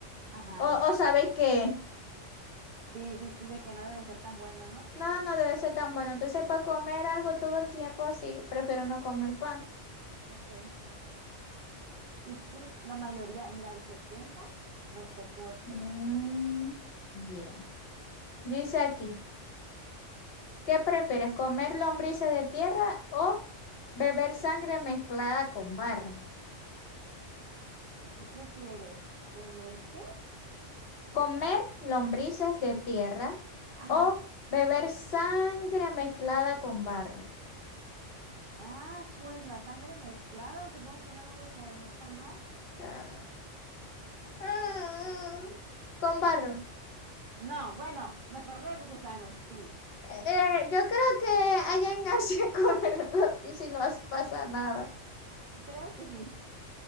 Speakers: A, on the right; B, on the left.
A: Ajá.
B: O, o sabéis qué.
A: Sí, sí, sí, de que no debe ser tan bueno, ¿no?
B: No, no debe ser tan bueno. Entonces, para comer algo todo el tiempo así, prefiero no comer pan.
A: Ok. Y sí, la mayoría, mira, el 70 votó por
B: Mm,
A: eso.
B: yeah. Dice aquí, ¿qué prefieres, comer lombrices de tierra o beber sangre mezclada con barro?
A: ¿Qué prefieres? ¿Tener qué?
B: Comer lombrices de tierra
A: Ajá.
B: o beber sangre mezclada con barro.
A: Ah, pues la sangre mezclada, supongo que no debe saber tan mal.
B: Ah, ah, Con barro.
A: No, bueno, mejor los gusanos, sí.
B: Eh, yo creo que allá en Asia <laughs> comer lombrices y no pasa nada.
A: Creo que sí.